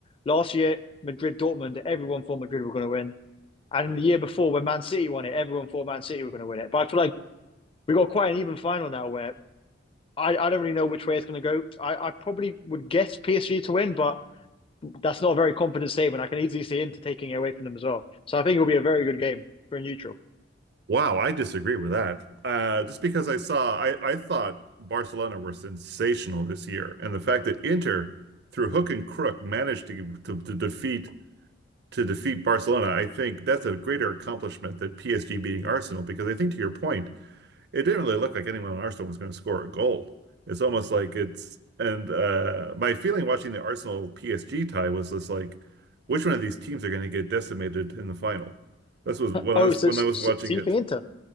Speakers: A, on the left; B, on the right.
A: last year, Madrid Dortmund, everyone thought Madrid were going to win, and the year before when Man City won it, everyone thought Man City were going to win it. But I feel like we got quite an even final now where. I, I don't really know which way it's going to go. I, I probably would guess PSG to win, but that's not a very confident statement. I can easily see Inter taking it away from them as well. So I think it'll be a very good game for a neutral.
B: Wow, I disagree with that. Uh, just because I saw, I, I thought Barcelona were sensational this year, and the fact that Inter, through hook and crook, managed to to, to defeat to defeat Barcelona, I think that's a greater accomplishment than PSG beating Arsenal. Because I think, to your point, it didn't really look like anyone on Arsenal was going to score a goal. It's almost like it's and uh, my feeling watching the Arsenal PSG tie was this like, which one of these teams are going to get decimated in the final? This was when
A: Oh,
B: I was
A: so,
B: when
A: so,
B: I was watching
A: so you
B: it.
A: think Inter?